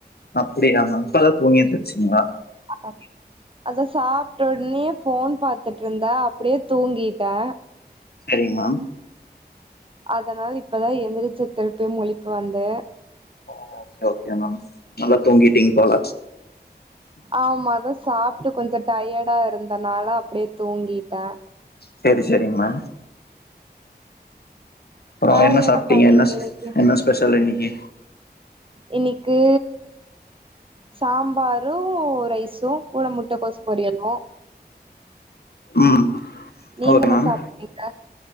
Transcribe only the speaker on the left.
அப்புடியா மேம் இப்பதா தூங்கி எந்திரிச்சிங்ளா
செரிங்மா
ஓ ஓகே ஓகே மேம் நல்லா தூங்கிட்டீங்க போல
செரி செரிங்மே அப்புறோ
என்ன சாப்ட்டீங்க
என்னஸ்
என்ன ஸ்பெஷல் இன்னைக்கி
ம்
ஓகே
மேம்